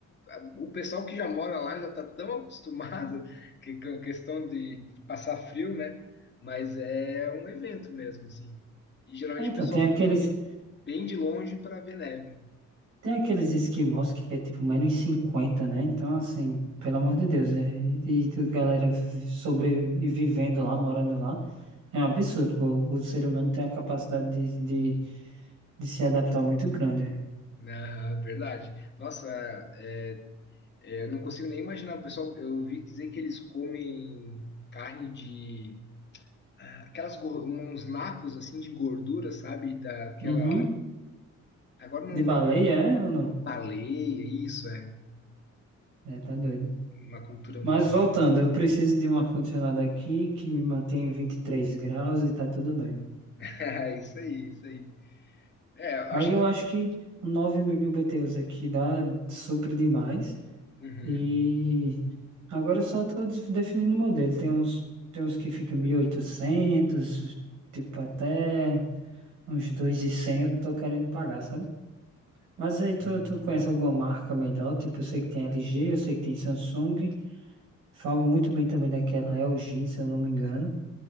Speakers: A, on the left; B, on the right.
A: a- o pessoal que já mora lá já está tão acostumado <laughs> que, com a questão de, de passar frio, né? Mas é um evento mesmo, assim. E geralmente
B: Ah, Então,
A: o pessoal
B: tem aqueles.
A: que vem bem de longe para ver neve.
B: Tem aqueles esquimós que é tipo menos cinquenta né? Então, assim, pelo amor de Deus, é, e, e a galera vi- sobrevivendo lá, morando lá, é um absurdo. O, o ser humano tem uma capacidade de, de, de se adaptar muito grande. velho.
A: Na verdade. Nossa, é, é, eu não consigo nem imaginar. O pessoal, eu ouvi dizer que eles comem carne de. ah, Aquelas, gor- uns nacos assim de gordura, sabe? Daquela.
B: Uhum.
A: Agora não,
B: De baleia, é ou não?
A: Baleia, isso é
B: É, tá doido.
A: uma cultura
B: Mas
A: muito.
B: voltando, eu preciso de um ar-condicionado aqui que me mantém em 23 graus e tá tudo bem.
A: <laughs> Isso aí, isso aí. É, eu
B: Aí
A: acho
B: eu
A: que.
B: acho que um nove mil BTUs aqui dá super demais.
A: Uhum.
B: E agora eu só estou definindo o modelo. Tem uns, tem uns que ficam mil e oitocentos tipo até uns 2.100 eu tô querendo pagar, sabe? Mas aí tu,
A: Uhum.
B: tu conhece alguma marca melhor? Tipo, eu sei que tem LG, eu sei que tem Samsung. Falam muito bem também daquela LG, se eu não me engano.